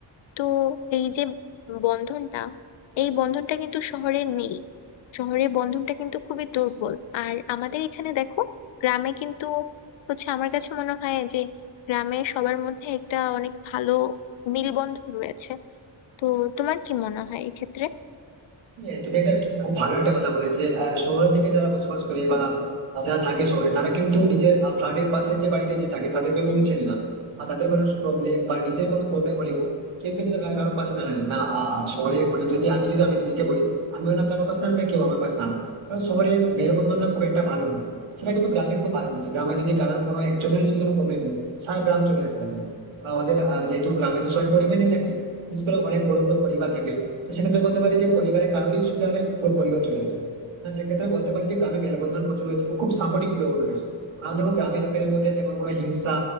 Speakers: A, on the left; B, on the right.
A: তো এই যে বন্ধনটা এই বন্ধনটা কিন্তু শহরে নেই শহরের বন্ধনটা কিন্তু খুবই দুর্বল আর আমাদের এখানে দেখো গ্রামে কিন্তু হচ্ছে আমার কাছে মনে হয় যে গ্রামে সবার মধ্যে একটা অনেক ভালো মেলবন্ধন রয়েছে তো তোমার কি মনে হয় এক্ষেত্রে
B: হ্যাঁ তুমি এটা একটা খুব ভালো একটা কথা বলে যে আহ, শহরের দিকে যারা বসবাস করে বা যারা থাকে শহরে তারা কিন্তু নিজের ফ্ল্যাটের পাশের যে বাড়িতে যে থাকে তাদেরকে কিন্তু চেনে না আর তাদের কোনো প্রবলেম বা নিজের কোনো প্রবলেম হলেও কেউ কিন্তু কারো কারো পাশে দাঁড়ায় না না, আহ, শহরে মানে যদি আমি যদি আমি নিজেকে বলি আমিও না কারো পাশে দাঁড়াই না কেউ আমার পাশে দাঁড়ায় না। কারণ শহরে মেলবন্ধনটা খুব একটা ভালো নয় সেটা কিন্তু গ্রামে খুব ভালো হচ্ছে গ্রামে যদি কারোর কোনো একজনের যদি কোনো প্রবলেম নেই সারা গ্রাম চলে আসে সেখানে বা ওদের আহ, যেহেতু গ্রামে তো সবাই পরিবার নিয়ে থাকে বিশেষ করে অনেক বড় বড় পরিবার থাকে তো সেক্ষেত্রে বলতে পারি যে পরিবারে কারোরই অসুবিধা হলে পুরো পরিবার চলে আসে মানে সেক্ষেত্রে বলতে পারি যে গ্রামে মেলবন্ধন প্রচুর রয়েছে এবং খুব সাপোর্টিভ লোক রয়েছে কারণ দেখো গ্রামের লোকেদের মধ্যে তেমন কোনো হিংসা